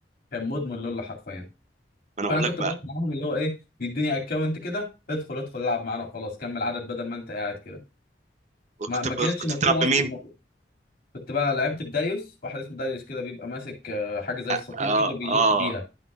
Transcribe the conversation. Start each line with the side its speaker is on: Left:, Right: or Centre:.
Left: كان مدمن لول حرفيا
Right: انا
Left: فانا
Right: اقول
Left: كنت
Right: لك بقى
Left: بروح معاهم اللي هو ايه بيدوني اكونت كده ادخل ادخل العب معانا وخلاص كمل عدد بدل ما انت قاعد كده ما
Right: كنت
Left: ما
Right: ب...
Left: كانتش
Right: كنت
Left: مفكوره
Right: بتلعب بمين
Left: اصلي ما- كنت بقى لعبت بداريوس واحد اسمه داريوس كده بيبقى ماسك آه، حاجه زي
Right: اه
Left: الساطور
Right: اه
Left: كده بيلف
Right: اه,
Left: بيها